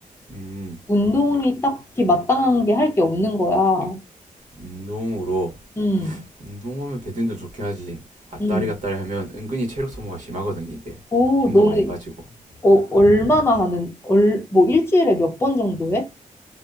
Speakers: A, on the right; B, on the left.
A: 음,
B: 운동이 딱히 마땅한 게 할 게 없는 거야.
A: 운동으로.
B: 응,
A: 운동하면 배드민턴 좋긴 하지. 아따리
B: 응.
A: 갔다리 하면 은근히 체력 소모가 심하거든, 이게.
B: 오,
A: 힘도
B: 너는,
A: 많이 빠지고.
B: 어, 얼마나 하는, 얼, 뭐 일주일에 몇 번 정도 해?